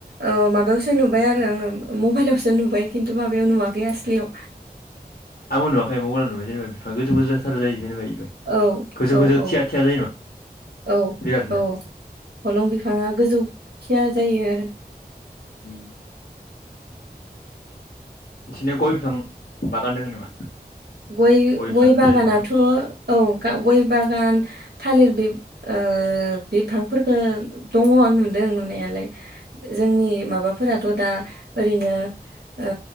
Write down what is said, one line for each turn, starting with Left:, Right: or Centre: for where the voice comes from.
Right: ओ माबायावसो नुबाय आरो आंङो मबाइलावसो नुबाय खिन्थु माबायाव नुवाखै आस्लियाव
Left: आंबो नुवाखै मबेलाव नुबाय जेनेबा बिफां गोजौ गोजौ जाथार जायो जेनेबा
Right: औ
Left: गोजौ
Right: औ
Left: गोजौ
Right: औ
Left: थिया थिया जायो
Right: औ
Left: बिरादनो
Right: औ हलं बिफांङा गोजौथिया जायो आरो
Left: उम नोंसोरनि गय बिफां बागान दोंङ नामा?
Right: गय
Left: बिफां
Right: गय
Left: थालिर
Right: बागानाथ'
Left: बिफां
Right: औ गाव ग'य बागान थालिर बिब ओ बिफांफोरफोरखौ दंङ। अ नुदों नुनायालाय जोंनि माबाफोराथ' दा ओरैनो ओ